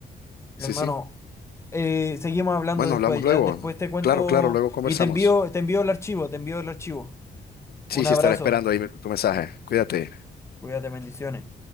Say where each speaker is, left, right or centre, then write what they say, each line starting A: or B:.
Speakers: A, on the left; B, on the left.
A: Hermano,
B: sí, sí,
A: eh, seguimos hablando
B: bueno,
A: después
B: hablamos luego,
A: ya. Después te cuento
B: claro, claro, luego conversamos,
A: y te envío, te envío el archivo, te envío el archivo.
B: sí,
A: Un
B: sí,
A: abrazo.
B: estaré esperando ahí tu mensaje, cuídate.
A: Cuídate, bendiciones.